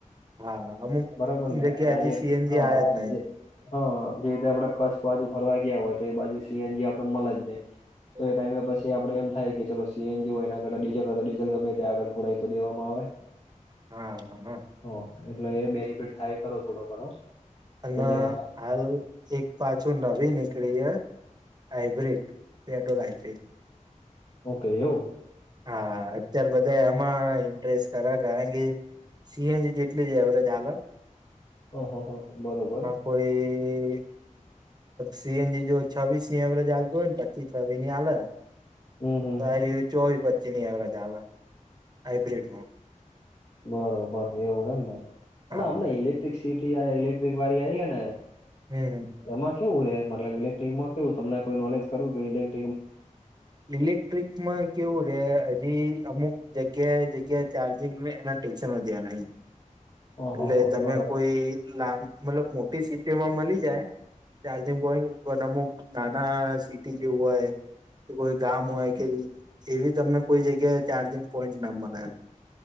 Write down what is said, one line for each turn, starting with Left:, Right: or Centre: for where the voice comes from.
Right: હા, અમુક
Left: બરોબર ને
Right: જગ્યા
Left: આજે,
Right: હજી સીએનજી
Left: હ
Right: આયા જ
Left: જે. હ. જેવી રીતે આપડે કચ્છ બાજુ ફરવા ગિયા હોય, તો એ બાજુ સીએનજી આપડે મલે જ નઈ.
Right: નહી
Left: તો એ ટાઈમે પસ્ તે આપડે એમ થાય કે ચલો સીએનજી હોય એના કરતા ડીઝલ હોય, તો ડીઝલ ગમે તે આગળ પુરાય તો દેવામાં આવે.
Right: હા, હા.
Left: હ એટલે એ બેનિફિટ થાય ખરો થોડો ઘણો.
Right: અન
Left: તો જેના
Right: હાલ, એક પાછું નવી નીકળી હે. હાઈબ્રિડ પેટોલ હાઈબ્રિડ
Left: ઓકે, એવો.
Right: હાઆઆ, અત્યાર બ તે એમાં ઇન્ટરેસ કરા કાય કે, સીએનજી જેટલી જ એવરેજ હાલ.
Left: ઓ હો હો બરો
Right: કોઈ સીએનજી જો છીસ ની એવરેજ હાલતું હોય તો, પચી છવી ની આવે.
Left: હમ હમ
Right: તો ચોવીસ પચી ની, એવરેજ હાલે હાઈબ્રિડમાં
Left: બરોબર એવું હૈને, અને
Right: હા
Left: અમને ઇલેક્ટ્રસિટી ઇલે વાડી આઈ હ ને.
Right: હમ
Left: એમાં કેવું હોય, એ મતલબ ઇલેક્ટ્રિકમાં કેવું તમને કોઈ નોલેજ કરવું કે ન
Right: ઇલેક્ટ્રિક. એમાં કેવું રે હજી અમુક જગ્યાએ, જગ્યાએ ચાર્જિંગ એના ટેન્શન વધ્યા નહી.
Left: ઓહ
Right: એટલે
Left: હો
Right: તમે
Left: બરોબર
Right: કોઈ લામ મતલબ મોટી સીટીમાં મલી જાય. ચાર્જિંગ વોઈન પન અમુક નાના સીટી જેવું હોય. કોઈ ગામ હોય કે એવી તમને કોઈ જગ્યાએ ચાર્જિંગ પોઈન્ટ ના મલે એમ.